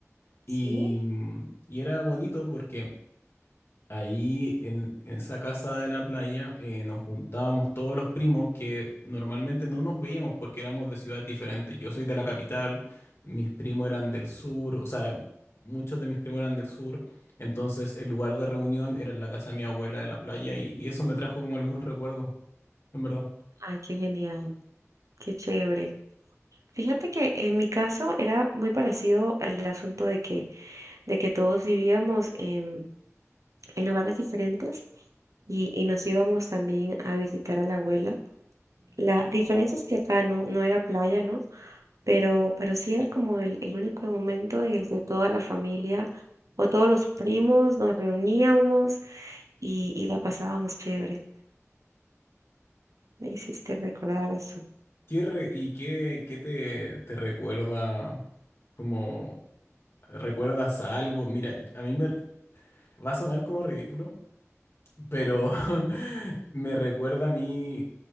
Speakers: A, on the left; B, on the right.
A: Y,
B: Sí,
A: mm, y era bonito porque ahí en, en esa casa de la playa eh, nos juntábamos todos los primos que normalmente no nos veíamos porque éramos de ciudades diferentes. Yo soy de la capital, mis primos eran del sur, o sea, muchos de mis primos eran del sur. Entonces el lugar de reunión era en la casa de mi abuela de la playa y, y eso me trajo como algunos recuerdos en verdad.
B: ay, qué genial, qué chévere. Fíjate que en mi caso era muy parecido el asunto de que, de que todos vivíamos en, en lugares diferentes y, y nos íbamos también a visitar a la abuela. La diferencia es que acá no, no era playa, ¿no? Pero, pero sí era como el, el único momento en el que toda la familia o todos los primos nos reuníamos y, y la pasábamos chévere. Me hiciste recordar eso.
A: ¿Qué re- y qué, qué te, te recuerda? Como, ¿recuerdas algo? Mira, a mí me va a sonar como ridículo, pero <laughs> me recuerda a mí,